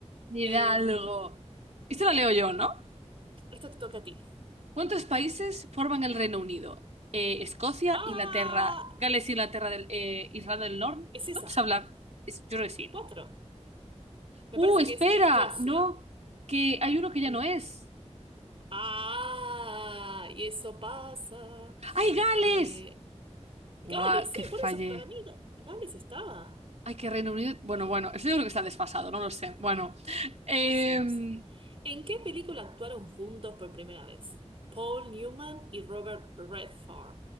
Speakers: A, on the right; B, on the right.
A: Hidalgo.
B: Eh,
A: Esto lo leo yo, ¿no?
B: esto te toca a ti.
A: ¿Cuántos países forman el Reino Unido? Eh, Escocia,
B: ¡Ah!
A: Inglaterra, Gales, Inglaterra, del, eh, Irlanda del Norte.
B: Es esa.
A: No te sé hablar. Es- yo creo que sí,
B: Cuatro.
A: ¿no?
B: Me
A: ¡Uh,
B: parece
A: espera!
B: que es Escocia.
A: No, que hay uno que ya
B: Mm.
A: no es.
B: Ah, y eso pasa.
A: ¡Ay, Gales!
B: Eh, Gales,
A: ¡Guau, que
B: sí,
A: fallé!
B: por eso, para mí Ga- Gales estaba.
A: Ay, que Reino Unido. Bueno,
B: Eh,
A: bueno, eso yo creo que está desfasado, no lo sé. Bueno, em,
B: sí, no sé. ¿En qué película actuaron juntos por primera vez? Paul Newman y Robert Redford.